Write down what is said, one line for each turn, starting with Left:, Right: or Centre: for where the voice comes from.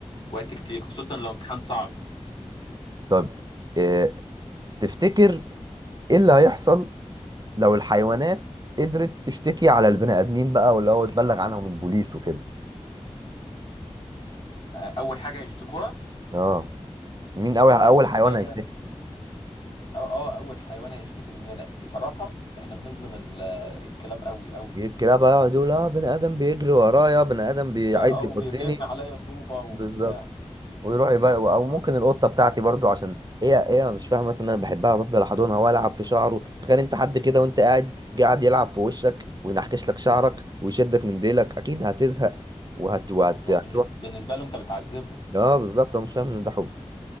Left: وقت كتير خصوصا لو امتحان صعب
Right: طب آه، تفتكر ايه اللي هيحصل لو الحيوانات قدرت تشتكي على البني ادمين بقى واللي هو تبلغ عنهم البوليس وكده
Left: آه، اول حاجه هيشتكوها
Right: اه مين اول اول
Left: هيشتكوا
Right: حيوان
Left: تقريبا
Right: هيشتكي
Left: أو اه اول حيوان هيشتكي مننا بصراحه احنا بنظلم ال- الكلاب قوي قوي
Right: الكلاب بقى يقعد يقول اه بني ادم بيجري ورايا بني ادم بي-
Left: او
Right: عايز يعضني
Left: بيرمي عليا طوبه وبتاع
Right: بالظبط ويروح يبقى او
Left: ما-
Right: ممكن القطه بتاعتي برضو عشان هي هي مش فاهمه مثلا إن انا بحبها بفضل احضنها والعب في شعره تخيل انت حد كده وانت قاعد جه قاعد يلعب في وشك وينحكش لك شعرك ويشدك من ديلك اكيد هتزهق وهت وهت
Left: هو
Right: هتروح
Left: بالنس- بالنسبه له انت بتعذبه
Right: اه بالظبط هو مش فاهم ان ده حب